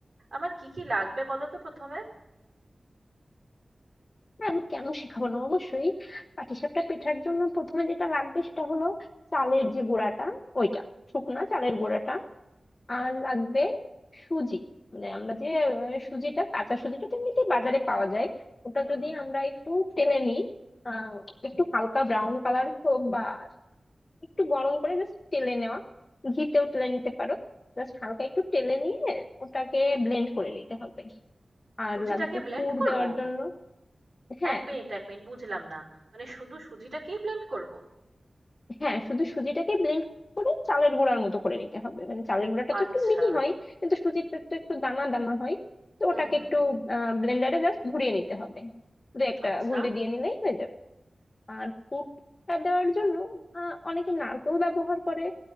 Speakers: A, on the right; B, on the left.
A: আমার কি কি লাগবে বলো তো প্রথমে
B: হ্যাঁ আমি কেন শেখাবো না অবশ্যই পাটিসাপটা পেঠার জন্য প্রথমে যেটা লাগবে সেটা হলো চালের যে গুঁড়াটা ওইটা শুকনা চালের গুঁড়াটা আর লাগবে সুজি মানে আমরা যে আহ, সুজিটা কাঁচা সুজিটা তো এমনিতেই বাজারে পাওয়া যায় ওটা
A: হুম
B: যদি
A: হুম
B: আমরা একটু তেলে নিই আহ, একটু হালকা ব্রাউন কালার হোক বা একটু গরম করে জাস্ট তেলে নেওয়া ঘিতেও তেলে নিতে পারো জাস্ট হালকা একটু তেলে নিয়ে ওটাকে ব্লেন্ড করে নিতে হবে আর
A: সুজিটাকে
B: লাগবে
A: ব্লেন্ড
B: পুর
A: করব
B: দেওয়ার জন্য হ্যাঁ
A: এক মিনিট এক মিনিট বুঝলাম না মানে শুধু সুজিটাকেই ব্লেন্ড করব
B: হ্যাঁ শুধু সুজিটাকে ব্লেন্ড করে চালের গুঁড়ার মতো করে নিতে হবে মানে চালের গুঁড়াটা
A: আচ্ছা
B: তো একটু মিহি হয় কিন্তু সুজিটা তো একটু দানা দানা হয় তো
A: হুম
B: ওটাকে
A: হুম
B: একটু ব্লেন্ডারে জাস্ট ঘুরিয়ে নিতে হবে দু একটা
A: আচ্ছা
B: ঘুরিয়ে দিয়ে নিলেই হয়ে যাবে আর পুরটা দেওয়ার জন্য আহ, অনেকে নারকেল ব্যবহার করে